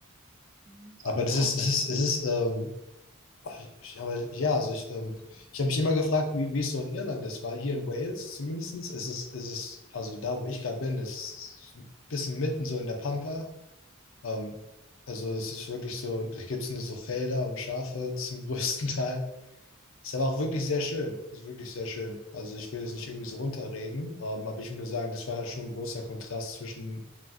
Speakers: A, on the right; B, on the left.
A: mal, das
B: Aber
A: klingt
B: das
A: ja
B: ist,
A: auch.
B: das ist, es ist, ähm, ach, ich- aber ja, also ich, ähm, ich habe mich immer gefragt, wie, wie es so in Irland ist, weil hier in Wales zumindest ist es, ist es, also da, wo ich gerade bin, ist es ein bisschen mitten so in der Pampa. Ähm, also es ist wirklich so, da gibt es nur so Felder und Schafe <laughs> zum größten Teil. Ist aber auch wirklich sehr schön. Ist wirklich sehr schön. Also ich will es nicht irgendwie so runterreden, ähm, aber ich will nur sagen, das war halt schon ein großer Kontrast zwischen